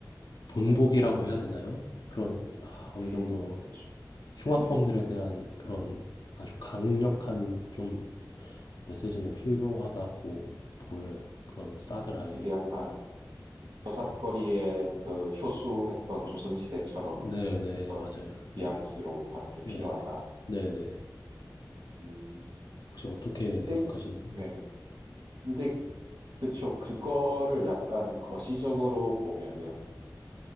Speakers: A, on the left (about 70°); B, on the right (about 75°).
A: 본보기라고
B: 네네
A: 해야 되나요? 그런 아, 어느
B: 음
A: 정도
B: 그쵸
A: 흉악범들에
B: 네네
A: 대한 그런 아주 강력한
B: 음,
A: 좀 메시지는
B: 음.
A: 필요하다고 보여요. 그런 싹을 아예.
B: 이게 약간 저잣거리에
A: 네.
B: 그 효수했던 조선시대처럼
A: 네네,
B: 약간 그런
A: 맞아요. 네.
B: 뉘앙스로 하는 게 필요하다
A: 네네. 네네.
B: 음
A: 혹시 어떻게
B: 근데
A: 생각하시나요?
B: 이제
A: 네.
B: 네 근데 그쵸. 그거를 약간 거시적으로 보면은